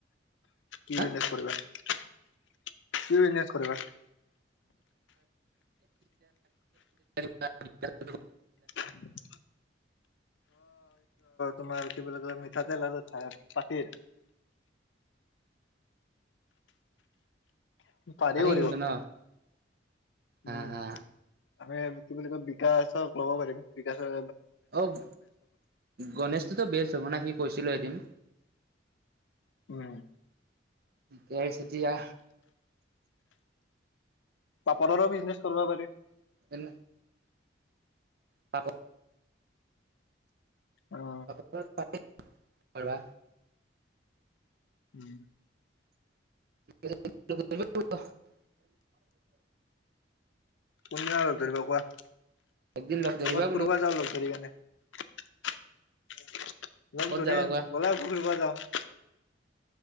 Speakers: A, on the left; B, on the right.
A: কি
B: হা
A: বিজনেছ কৰিবা? কি বিজনেছ কৰিবা?
B: <unintelligible>
A: অ'। <unintelligible> তোমাৰ কি বুলি কয় মিঠাতেল আৰু ধা - পাটিৰ। পাৰি কৰিব।
B: কিন্তু
A: উম।
B: ন হা হা
A: আমি কি বুলি কয় বিকাছ'ক ল'ব পাৰিম বিকাছৰ
B: অ' গণেছটোতো বেষ্ট হব না সি কৈছিলে এদিন।
A: উম।
B: ঠিকে আছে দিয়া।
A: পাপৰৰো বিজনেছ কৰবা পাৰি।
B: এনে তা ক
A: অ
B: পাপৰৰ পাৰি কৰবা।
A: উম।
B: <unintelligible> <inaudible>
A: কোনদিনা লগ ধৰিবা কোৱা?
B: একদিন লগ
A: কবাত
B: ধৰিবা বোলো
A: ফুৰবা যাওঁ লগ ধৰি কেন। <unintelligible> লগ
B: ক'ত
A: ধৰিম
B: যাবা কোৱা
A: ব'লা ফুৰব যাওঁ।